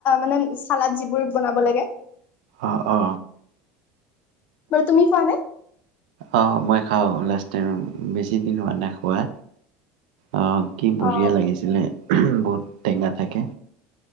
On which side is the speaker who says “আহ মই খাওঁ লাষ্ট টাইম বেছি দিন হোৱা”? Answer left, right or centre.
Right